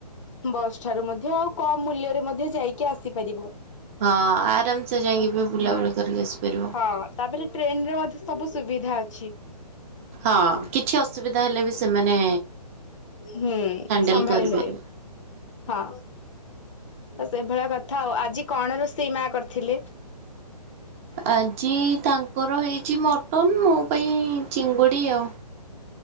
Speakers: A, on the left (about 45°); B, on the right (about 20°).
A: ବସ୍ ଠାରୁ ମଧ୍ୟ ଆଉ କମ ମୂଲ୍ୟରେ ମଧ୍ୟ ଯାଇକି ଆସିପାରିବ।
B: ହଁ, ଆରାମସେ ଯାଇକି ବି ବୁଲାବୁଲା କରିକି ଆସିପାରିବ।
A: ହଁ ତାପରେ ଟ୍ରେନ ରେ ମଧ୍ୟ ସବୁ ସୁବିଧା ଅଛି।
B: ହଁ କିଛି ଅସୁବିଧା ହେଲେ ବି ସେମାନେ
A: ହୁଁ,
B: ହ୍ୟାଣ୍ଡେଲ
A: ସମ୍ଭାଳି
B: କରିପାରିବେ।
A: ନେବେ ହଁ। ସେଇଭଳିଆ କଥା ଆଉ ଆଜି କଣ ରୋଷେଇ ମା କରିଥିଲେ।
B: ଆଜି ତାଙ୍କର ହେଇଛି ମଟନ ମୋ ପାଇଁ ଚିଙ୍ଗୁଡି ଆଉ